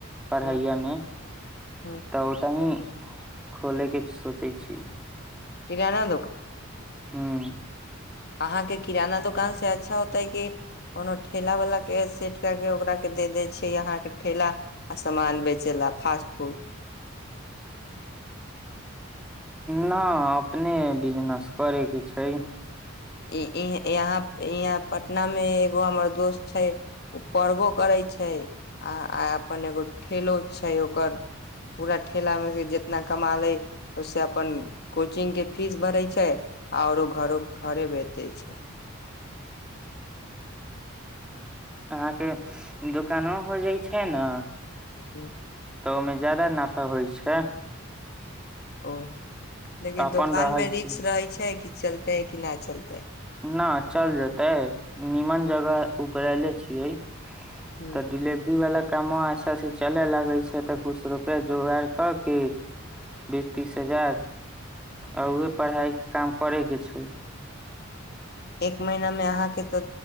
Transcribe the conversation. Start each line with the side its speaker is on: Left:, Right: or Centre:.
Centre: पढ़ैया
Left: हूँ
Centre: मे
Left: हूँ
Centre: तऽ ओतही खोले कऽ सोचै छिये
Left: किराना दोकान
Centre: हूँ
Left: अहाँके किराना दुोकान सऽ अच्छा होतय कि कोनो ठेला वालला कऽ सेट कऽ के ओकरा के दे देै छै अहाँ के ठेला अ सामान बेचै ला फासस्ट फूड
Centre: नऽ अपने बिजनेस करय कऽ छैय
Left: इ यहाँ यहाँ पटना मऽ एगो हमर दोस्त छै ओ पढ़बो करै छै आ अपन एगो ठेलो छैय ओकर पूरा ठेला मे से जितना कमा ले ओे अपन कोचिंग के फीस भरे छै आऔरो घरो घरे भेज दै छै
Centre: अहाँके दुोकानो हो जाइ छै नऽ
Left: हू
Centre: तऽ ओहिमे ज्यादा नफा होइ छै
Left: ओ लेकिन
Centre: अपन
Left: दोकान
Centre: रहै
Left: मऽ रिस्क
Centre: छै
Left: रहै छै कि चलते कि नहि चलतै
Centre: नऽ चल जेते नीमन जगह उपरेले छियै
Left: ह
Centre: तऽ डिलेवरी वाला कामो अच्छा सऽ चले लागै छै तऽ कुछ रुपआ जोगाार कऽ के बीस तीस हजार आ उहे पढ़ाई के काम करे के छै
Left: एक महिीना में अहाँ के तऽ